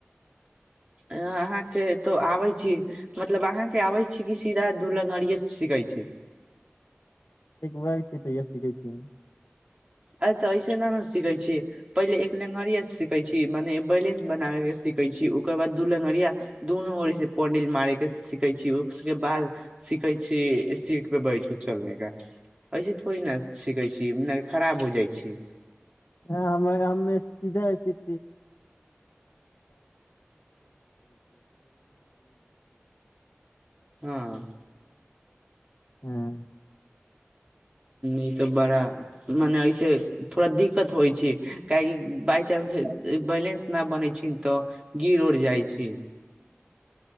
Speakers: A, on the right; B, on the left.
A: अहाँके तो आबै छी मतलब अहाँके आबै छी कि सीधा दू लंगरिए सीखै छी
B: एक बार से तैयोऽ सीखै छियै
A: अ ते ऐसे न ने सीखे छी पहिले एक लेंगरिया सीखे छी मने बैलेंस बनाबे के सीखे छी ओकर बाद दू लेंगरिया दुनूरसे पोंडिल मारे के सीखे छी उस बाद सीखे छी सीट पे बैठ के चलने का ऐसे थोड़ी ने सीखे छी खराब हो जाइ छै
B: ह हमरााममे सीधा सीख
A: हँ
B: हँ
A: ई तऽ बड़ा मने ऐसे थोड़ा दिक्कत होइ छै काहेकि बाइचानंस बैलेंस न बनै छैन तऽ गिर उड़ जाइ छै